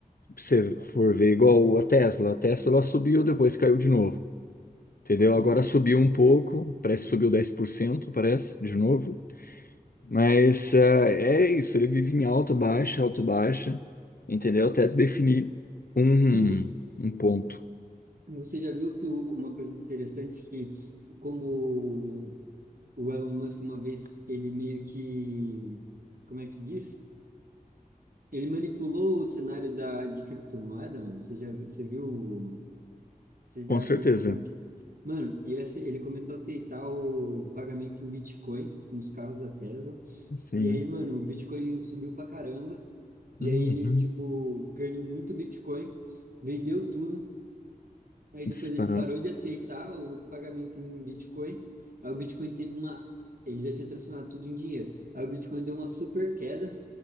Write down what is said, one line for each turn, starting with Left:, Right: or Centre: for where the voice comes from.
Left: Se você for ver, igual a Tesla. A Tesla subiu, depois caiu de novo, entendeu? Agora
Right: Uhum.
Left: subiu um pouco, parece que subiu 10%, parece, de novo. Mas ah, é isso, ele vive em alta, baixa, alta, baixa, entendeu? Até definir um,
Right: E
Left: um ponto.
Right: você já viu que o- uma coisa interessante é que, como o Elon Musk, uma vez, ele meio que. Como é que se diz? Ele manipulou o cenário da, de criptomoeda, mano. Você já você viu? Você já
Left: Com certeza.
Right: pensou como que. Mano, ele, ace- ele começou a aceitar o pagamento em Bitcoin nos carros da Tesla.
Left: Sim.
Right: E aí, mano, o Bitcoin subiu pra caramba. E
Left: Uhum.
Right: aí ele, tipo, ganhou muito Bitcoin, vendeu tudo. Aí
Left: Disparou.
Right: depois ele parou de aceitar o pagamento em Bitcoin. Aí o Bitcoin teve uma. Ele já tinha transformado tudo em dinheiro. Aí o Bitcoin deu uma super queda.